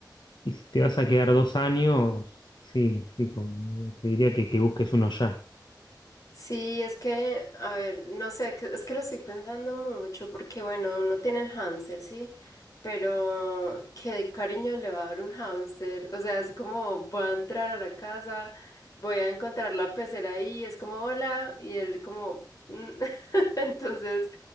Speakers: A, on the left; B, on the left.
A: y si te vas a quedar dos años, sí, sí, con- te diría que, que busques uno ya.
B: Sí, es que, a ver, no sé, que- es que lo estoy pensando mucho porque, bueno, uno tiene el hámster, ¿sí? Pero, ¿qué cariño le va a dar un hámster? O sea, es como, voy a entrar a la casa, voy a encontrar la pecera ahí, es como, hola, y él como, "Mm". <laughs> Entonces,